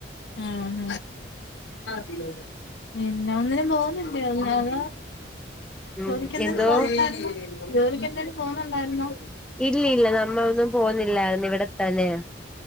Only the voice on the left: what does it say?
ഉം പിന്നെ ഒന്നിനും പോന്നില്ലേ അതോ
ജോലിക്ക് എന്തേലും
പോന്നുണ്ടായിരുന്നോ ജോലിക്ക് എന്തേലും പോന്നുണ്ടായിരുന്നോ